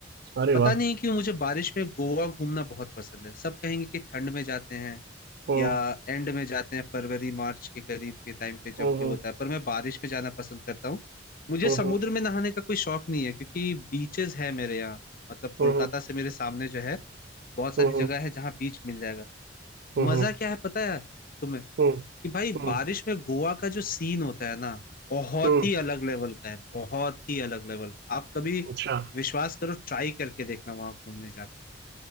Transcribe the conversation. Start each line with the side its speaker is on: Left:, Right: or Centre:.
Right: अरे
Left: पता
Right: वाह
Left: नहीं क्यों मुझे बारिश में गोवा घूमना बहुत पसंद है सब कहेंगे कि ठंड में जाते हैं
Right: हम्म
Left: या एंड में जाते हैं फरवरी मार्च के करीब के टाइम पे जब
Right: हम्म
Left: ये होता है पर मैं बारिश में जाना पसंद करता हूँ मुझे
Right: हम्म
Left: समुद्र में नहाने का कोई शौक नहीं है क्योंकि बीचेस है मेरे यहाँ मतलब कोलकाता
Right: हम्म
Left: से मेरे सामने जो है बहुत सारी
Right: हम्म
Left: जगह
Right: हम्म
Left: है जहाँ बीच मिल जाएगा
Right: हम्म
Left: मजा
Right: हम्म
Left: क्या है पता है तुम्हें
Right: हम्म
Left: कि भाई
Right: हम्म
Left: बारिश में गोवा का जो सीन होता है ना बहुत
Right: हम्म,
Left: ही अलग लेवल का है बहुत ही अलग लेवल आप कभी
Right: अच्छा
Left: विश्वास करो ट्राई करके देखना वहां घूमने जाके